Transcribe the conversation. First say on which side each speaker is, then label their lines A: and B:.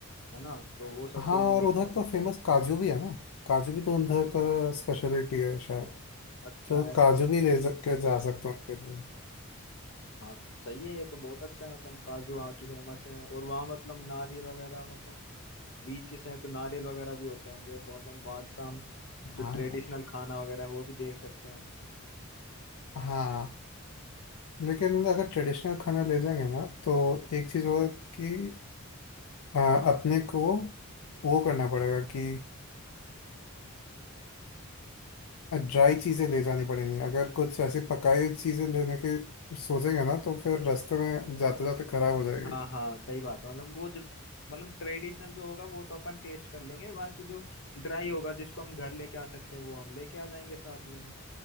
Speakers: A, on the left; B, on the left.
A: है ना तो वो सब
B: हाँ
A: भी हम
B: और
A: लेके
B: उधर
A: आ सकते
B: तो फेमस
A: हैं
B: काजू भी है ना काजू भी तो उधर
A: अच्छा
B: का स्पेशलिटी है शायद
A: अच्छा
B: तो
A: ऐसा
B: काजू
A: है
B: भी ले जा, के जा सकते हैं उनके लिए
A: हाँ सही है ये तो बहुत अच्छा है मतलब काजू वहाँ की फेमस है और वहाँ मतलब नारियल वगैरह मतलब बीचेस है तो नारियल वगैरह भी होते होंगे तो मतलब वहाँ का हम जो
B: हाँ
A: ट्रेडिशनल
B: यार
A: खाना वगैरह है वो भी देख सकते हैं
B: हाँ लेकिन अगर ट्रेडिशनल खाना ले जाएंगे ना तो एक चीज़ होगा कि अ, अपने को वो करना पड़ेगा कि ड्राई चीजें ले जानी पड़ेंगी अगर कुछ ऐसी पकाई हुई चीजें लेने के सोचेंगे ना तो फिर रास्ते में जाते जाते खराब हो जाएगी
A: हाँ हाँ सही बात है मतलब वो जो मतलब ट्रेडिशनल जो होगा वो तो अपन टेस्ट कर लेंगे बाकी जो ड्राई होगा जिसको हम घर लेके आ सकते हैं वो हम लेके आ जाएंगे साथ में